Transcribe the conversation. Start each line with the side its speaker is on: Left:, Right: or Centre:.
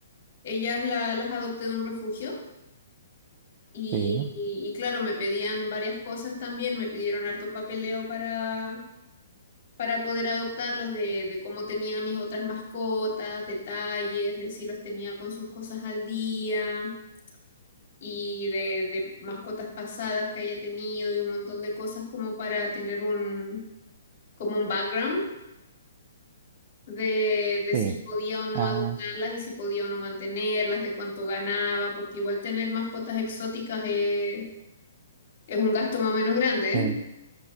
Left: ellas la- las adopté de un refugio y,
Right: Sí,
Left: y, y claro, me pedían varias cosas también, me pidieron harto papeleo para, para poder adoptarlas, de, de cómo tenía mis otras mascotas, detalles, de si los tenía con sus cosas al día. y de, de mascotas pasadas que haya tenido y un montón de cosas como para tener un, como un background de, de
Right: sí.
Left: si podía o no
Right: Ah,
Left: adoptarlas y si podía o no mantenerlas, de cuánto ganaba, porque igual tener mascotas exóticas es, es un gasto más o menos grande, ¿eh?
Right: eh,